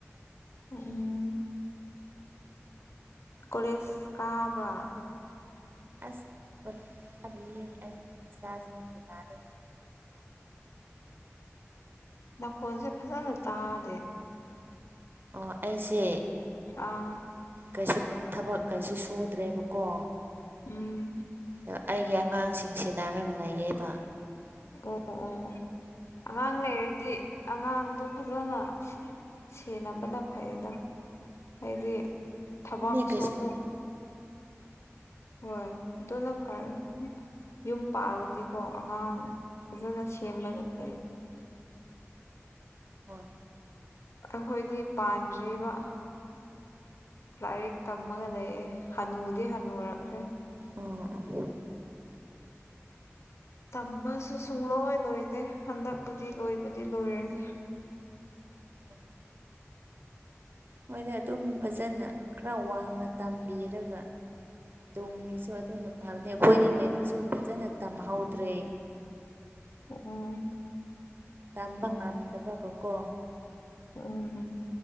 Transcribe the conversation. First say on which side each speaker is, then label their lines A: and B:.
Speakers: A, on the left; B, on the right.
A: ꯎꯝ ꯀꯁ ꯀꯥꯕ꯭ꯔ
B: ꯑꯁꯣ ꯊꯥꯕꯤꯌꯦ ꯑꯩ ꯏꯆꯥꯁꯤꯡꯁꯤ ꯂꯅ
A: ꯅꯥꯀꯣꯟꯁꯦ ꯐꯖꯅ ꯇꯥꯗꯦ
B: ꯑꯣ ꯑꯩꯁꯦ
A: ꯑꯥ
B: ꯀꯩꯁꯨ ꯊꯕꯛ ꯀꯩꯁꯨ ꯁꯨꯗ꯭ꯔꯦꯕꯀꯣ
A: ꯎꯝ
B: ꯑ ꯑꯩꯒꯤ ꯑꯉꯥꯡꯁꯤꯡꯁꯤꯦꯟꯅꯅꯥꯔꯒ ꯂꯩꯌꯦꯕ
A: ꯑꯣ ꯑꯣ ꯑꯣ ꯑꯉꯥꯡ ꯂꯩꯔꯗꯤ ꯑꯉꯥꯡꯗꯣ ꯐꯖꯅ ꯁꯤꯦꯅꯕꯅ ꯐꯩꯗꯣ ꯍꯥꯏꯗꯤ ꯊꯕꯛꯁꯨ
B: ꯏ ꯀꯦ
A: ꯑꯃꯨꯛ ꯍꯣꯏ ꯗꯣꯅ ꯐꯥꯔ ꯌꯨꯝ ꯄꯥꯜꯂꯗꯤꯀꯣ ꯑꯉꯥꯡ ꯐꯖꯅ ꯁꯦꯝꯕꯅ ꯐꯩ
B: ꯍꯣꯏ
A: ꯑꯩꯈꯣꯏꯗꯤ ꯄꯥꯟꯗ꯭ꯔꯤꯕ ꯂꯥꯏꯔꯤꯛ ꯇꯝꯃꯒ ꯂꯩꯑꯦ ꯍꯅꯨꯗꯤ ꯍꯅꯨꯔꯛꯈ꯭ꯔꯦ
B: ꯑꯣ
A: ꯇꯝꯕꯁꯨ ꯁꯨꯡꯂꯣꯏ ꯂꯣꯏꯗꯦ ꯍꯟꯗꯛꯄꯨꯗꯤ ꯂꯣꯏꯕꯨꯗꯤ ꯂꯣꯏꯔꯅꯤ
B: ꯑꯣ ꯃꯣꯏꯅ ꯑꯗꯨꯝ ꯐꯖꯅ ꯈꯔ ꯋꯥꯡꯅ ꯇꯝꯕꯤꯔꯒ ꯇꯨꯡꯒꯤꯁꯨ ꯑꯗꯨꯅ ꯐꯕꯅꯦ ꯑꯩꯈꯣꯏꯗꯤ ꯂꯥꯏꯔꯤꯛꯁꯨ ꯐꯖꯅ ꯇꯝꯍꯧꯗ꯭ꯔꯦ
A: ꯎꯝ
B: ꯇꯝꯕ ꯉꯝꯗꯕꯒꯀꯣ
A: ꯎꯝ ꯎꯝ